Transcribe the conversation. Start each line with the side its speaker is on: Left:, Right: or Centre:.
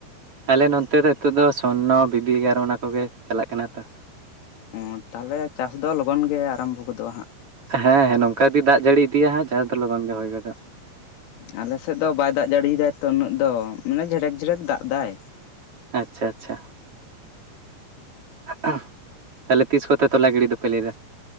Right: ᱟᱞᱮ ᱱᱚᱱᱛᱮ ᱫᱚ ᱦᱤᱛᱚᱜ ᱫᱚ ᱥᱚᱱᱱᱚ ᱵᱤᱵᱤ ᱮᱜᱟᱨᱚ ᱚᱱᱟ ᱠᱚᱜᱮ ᱪᱟᱞᱟᱜ ᱠᱟᱱᱟ ᱛᱚ
Left: ᱚᱸ ᱛᱟᱦᱞᱮ ᱪᱟᱥ ᱫᱚ ᱞᱚᱜᱚᱱ ᱜᱮ ᱟᱨᱟᱢᱵᱷᱚ ᱜᱚᱫᱚᱜᱼᱟ ᱦᱟᱸᱜ
Right: ᱦᱮᱸ ᱦᱮᱸ ᱱᱚᱝᱠᱟ ᱡᱩᱫᱤ ᱫᱟᱜ ᱡᱟᱹᱲᱤ ᱤᱫᱤᱭᱟ ᱦᱟᱸᱜ <unintelligible> ᱫᱚ ᱞᱚᱜᱚᱱ ᱜᱮ ᱦᱳᱭ ᱜᱚᱫᱚᱜ
Left: ᱟᱞᱮᱥᱮᱫ ᱫᱚ ᱵᱟᱭ ᱫᱟᱜ ᱡᱟᱹᱲᱤᱭ ᱫᱟᱭ ᱛᱚ ᱩᱱᱟᱹᱜ ᱫᱚ ᱢᱟᱱᱮ ᱡᱷᱮᱲᱮᱠ ᱡᱷᱮᱲᱮᱠ ᱫᱟᱜ ᱫᱟᱭ
Right: ᱟᱪᱪᱷᱟ ᱟᱪᱪᱷᱟ ᱦᱟᱜᱼᱟ, ᱛᱟᱦᱞᱮ ᱛᱤᱥ ᱠᱚᱛᱮ ᱛᱚᱞᱟ ᱜᱤᱲᱤ ᱫᱚᱯᱮ ᱞᱟᱹᱭᱫᱟ?